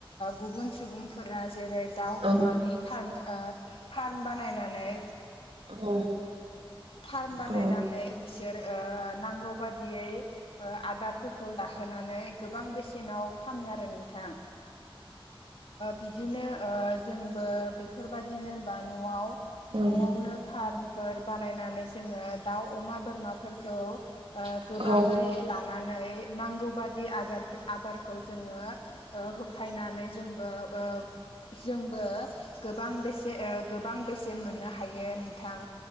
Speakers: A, on the left; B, on the right.
A: गुबुन सुबुंफोरा जेरै दाउ
B: औ
A: अमानि फार्म ओ फार्म बानायनानै
B: औ
A: फार्म बानायनानै
B: औ
A: बिसोर नांगौ बाददियै ओ आदारफोरखौ दाहोनानै गोबां बेसेनाव फानो आरो नोंथां। बिदिनो ओ जोंबो बेफोरबदिनो बा न'आव
B: औ
A: न'आवनो
B: औ
A: फार्म फोर बानायनानै जोङो दाउ अमा बोरमाफोरखौ ओ
B: औ
A: गोबाङै लानानै नांगौबादि आरज आदारखौ जोङो होफायनानै जोंबो ओ जोंबो गोबां बेसेन गोबां बेसेन मोननो हायो नोंथां।